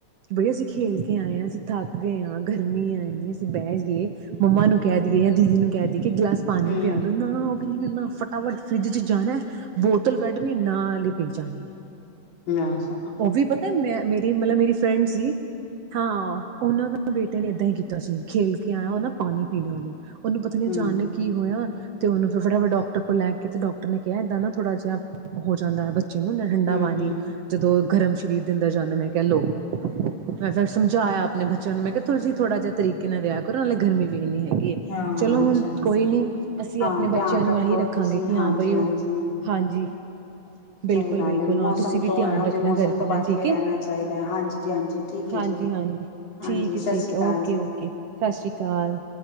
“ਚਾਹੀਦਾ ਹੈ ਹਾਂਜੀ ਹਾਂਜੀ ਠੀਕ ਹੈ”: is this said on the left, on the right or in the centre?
Left